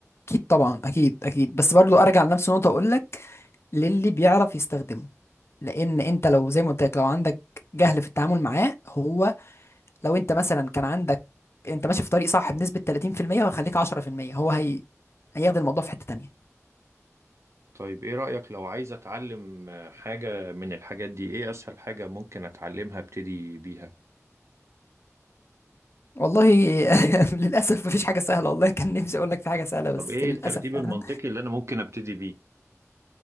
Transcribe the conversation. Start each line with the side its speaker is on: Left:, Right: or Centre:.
Left: اكيد طبعا اكيد اكيد بس برضو ارجع لنفس النقطة واقول لك للي بيعرف يستخدمه لان انت لو زي ما قلت لك لو عندك جهل في التعامل معاه هو لو انت مثلا كان عندك انت ماشي في طريق صح بنسبة 30% وهيخليك 10% هو هي هياخد الموضوع في حتة تانية
Right: طيب ايه رأيك لو عايز اتعلم حاجة من الحاجات دي ايه اسهل حاجة ممكن اتعلمها ابتدي بيها
Left: والله <laughs> للأسف مفيش حاجة سهلة والله كان نفسي أقول لك في حاجة سهلة بس
Right: طب ايه
Left: للأسف
Right: الترتيب
Left: فعلا
Right: المنطقي اللي انا ممكن ابتدي